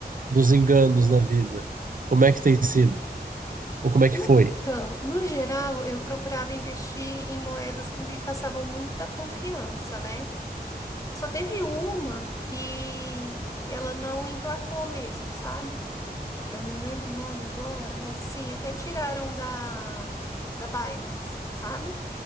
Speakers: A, on the right; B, on the left.
A: dos enganos da vida, como é que tem sido? Ou como é
B: Então,
A: que foi?
B: no geral, eu procurava investir em moedas que me passavam muita confiança, né? Só teve uma que ela não emplacou mesmo, sabe? Eu não lembro o nome agora, mas assim, até tiraram da, da Binance, sabe?